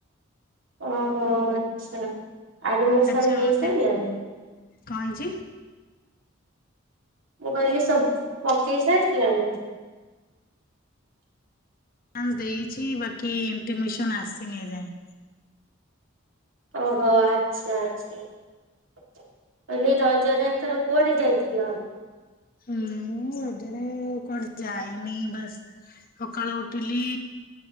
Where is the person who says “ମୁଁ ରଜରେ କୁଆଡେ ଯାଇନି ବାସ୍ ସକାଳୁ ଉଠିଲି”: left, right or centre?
Left